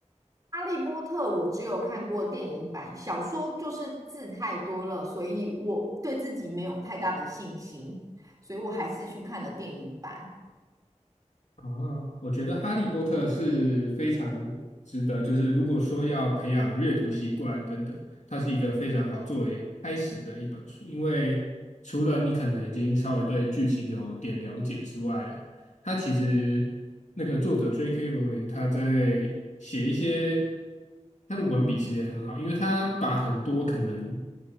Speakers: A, on the right; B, on the left.
A: 《哈利波特》我只有看过电影版，小说就是字太多了，所以我对自己没有太大的信心，所以我还是去看了电影版。
B: 啊，我觉得《哈利波特》是非常值得，就是如果说要培养阅读习惯等等，它是一个非常好作为开始的一本书。因为除了你可能已经稍微对剧情有点了解之外，它其实那个作者 J.K. 罗琳他在写一些他的文笔其实也很好，因为他把很多可能